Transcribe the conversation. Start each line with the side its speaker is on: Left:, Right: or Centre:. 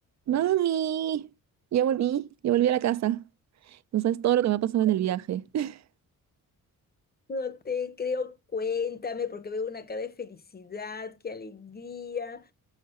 Right: Mami, ya volví, ya volví a la casa. No sabes todo lo que me ha pasado en el viaje. <laughs>
Left: No te creo, cuéntame, porque veo una cara de felicidad, qué alegría.